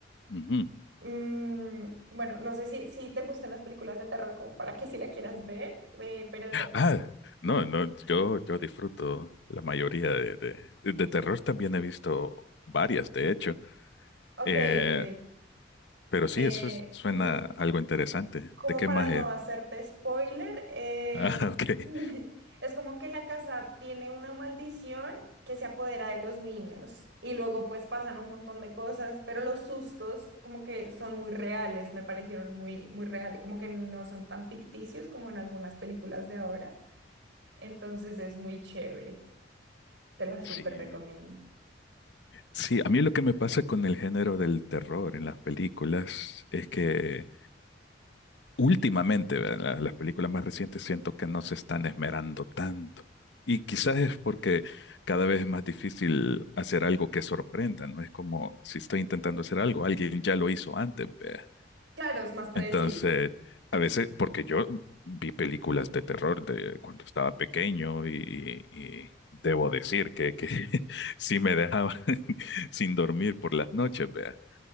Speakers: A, on the left; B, on the right.
A: Ujú.
B: Mm, bueno, no sé si, si te gustan las películas de terror como para que si la quieras ver, eh, pero...
A: Ah, no, no, yo, yo disfruto la mayoría de, de, de terror también he visto varias, de hecho.
B: Ok,
A: Eh,
B: ok.
A: pero
B: Eh,
A: sí, eso es- suena
B: entonces...
A: algo interesante.
B: como
A: ¿De qué
B: para
A: más
B: no
A: es?
B: hacerte spoiler, eh,
A: Ah, <laughs> ok.
B: <laughs> es como que la casa tiene una maldición que se apodera de los niños y luego pues pasan un montón de cosas, pero los sustos como que son muy reales, me parecieron muy, muy reales, como que no son tan ficticios como en algunas películas de ahora. Entonces es muy chévere, te la súper
A: Sí,
B: recomiendo.
A: sí, a mí lo que me pasa con el género del terror en las películas es que últimamente, ¿verdad? La- las películas más recientes siento que no se están esmerando tanto. Y quizás es porque cada vez es más difícil hacer algo que sorprenda, ¿no? Es como si estoy intentando hacer algo, alguien ya lo hizo antes, ¿vea?
B: Claro, es más predecible.
A: Entonces, a veces, porque yo vi películas de terror de cuando estaba pequeño y, y debo decir que, que <laughs> sí me dejaban <laughs> sin dormir por las noches, vea.